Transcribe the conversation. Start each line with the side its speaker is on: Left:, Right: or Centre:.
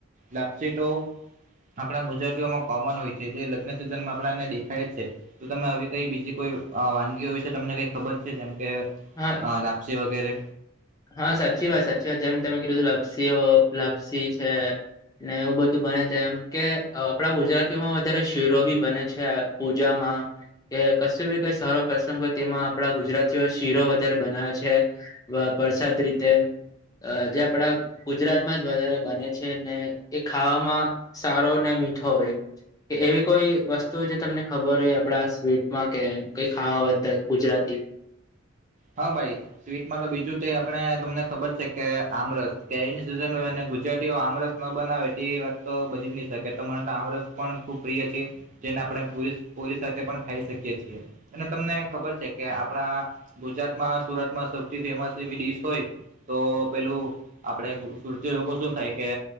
Right: લપસીટો આપણા ગુજરાતીઓમાં કોમન હોય છે જે લગ્ન સિઝનમાં આપણાને દેખાય છે. તો તમે આવી કઈ બીજી કોઈ અ વાનગીઓ વિશે તમને કઈ ખબર છે જેમ કે
Left: હા!
Right: હ, લાપસી વગેરે.
Left: હા, સાચી વાત સાચી વાત જેમ તમે કીધું લાપ્સીઓ લાપ્સી છે. ને એવું બધું બને છે. એમ કે આપણા ગુજરાતીઓમાં વધારે શિરો ભી બને છે પૂજામાં એ કશું બી કઈ સારો પ્રસંગ હોય તેમાં આપણા ગુજરાતીઓ શીરો વધારે બનાવે છે. વ પરસાદ રીતે અ જે આપડા ગુજરાતમાં જ વધારે બને છે ને એ ખાવામાં સારો ને મીઠો હોય. કે એવી કોઈ વસ્તુ જે તમને ખબર હોય આપડા સ્વીટમાં કે કઈ ખાવા બા <unintelligible> ગુજરાતી
Right: હા, ભાઈ સ્વીટમાં તો બીજું તે આપણે તમને ખબર છે કે આમરસ કેરીની સિઝન હોય અને ગુજરાતીઓ આમરસ ન બનાવે તે વાત તો બધી જ નહી શકે તમાન તો આમ રસ પણ ખુબ પ્રિય છે. જેને આપણે પુરી -પુરી સાથે પણ ખાઈ શકીએ છીએ અને તમને ખબર છે કે આપણા ગુજરાતમાં સુરતમાં સૌથી ફેમસ એવી ડીશ હોય તો પેલું આપડે ગુ સુરતી લોકો શું ખાય કે